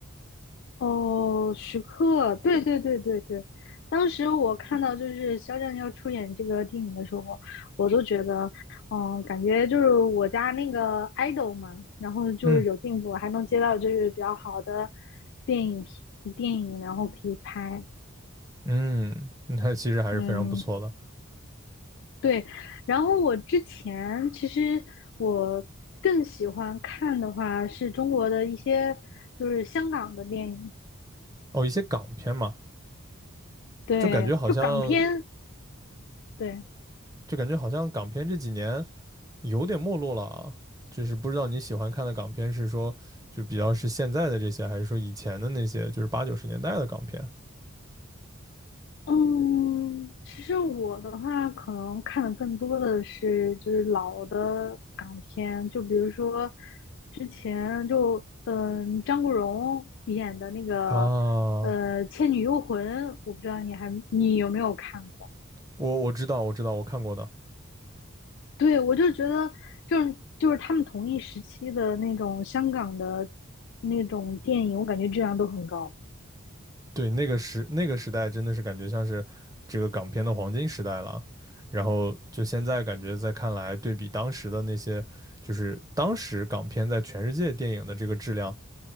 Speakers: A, on the left (about 60°); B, on the right (about 15°).
A: 哦，徐克，对对对对对，当时我看到就是肖战要出演这个电影的时候，我都觉得，嗯，感觉就是我家那个 idol 嘛，然后就是有进步，
B: 嗯
A: 还能接到就是比较好的电影批电影，然后可以拍，
B: 嗯，他其实还是非常不错的。
A: 嗯，对。然后我之前其实我更喜欢看的话是中国的一些就是香港的电影，
B: 哦，一些港片嘛，
A: 对，
B: 就感觉好像，
A: 就港片，对。
B: 就感觉好像港片这几年，有点没落了啊。就是不知道你喜欢看的港片是说就比较是现在的这些，还是说以前的那些，就是八九十年代的港片
A: 嗯，其实我的话，可能看的更多的是就是老的港片，就比如说之前就嗯张国荣演的那个呃《倩女幽魂》，
B: 啊？
A: 我不知道你还你有没有看过？
B: 我我知道，我知道，我看过的。
A: 对，我就觉得就是就是他们同一时期的那种香港的那种电影，我感觉质量都很高。
B: 对，那个时那个时代真的是感觉像是这个港片的黄金时代了。然后就现在感觉在看来，对比当时的那些，就是当时港片在全世界电影的这个质量，